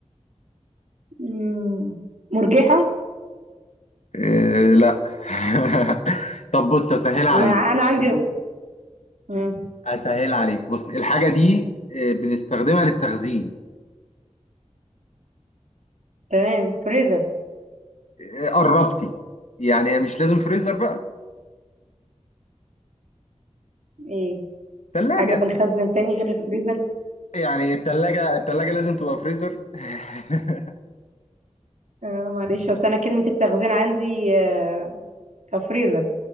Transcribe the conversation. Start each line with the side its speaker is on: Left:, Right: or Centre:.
Right: مم، مرجحة
Left: إيه، لا <laughs> طب بص اسهل عليك
Right: ما أنا عندي مم،
Left: اسهل عليك بص الحاجة دي إيه، بنستخدمها للتخزين
Right: تمام فريزر
Left: إيه، قربتي يعني هي مش لازم فريزر بقى
Right: إيه
Left: تلاجة
Right: حاجة بنخزن تاني غير الفريزر
Left: يعني التلاجة التلاجة لازم تبقى فريزر <laughs>
Right: آه معلش اصل انا كلمة التخزين عندي آه كفريزر